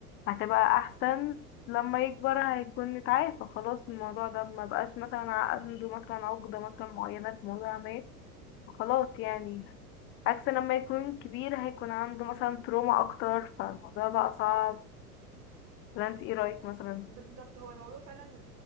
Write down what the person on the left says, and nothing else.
هتبقى احسن لما يكبر هيكون اتعافى خلاص من الموضوع ده ما بقاش مثلا عنده مثلا عقدة مثلا معينة في موضوع ما خلاص يعني عكس لما يكون كبير هيكون عنده مثلا تروما اكتر فالموضوع بقى صعب ولا انت ايه رايك مثلا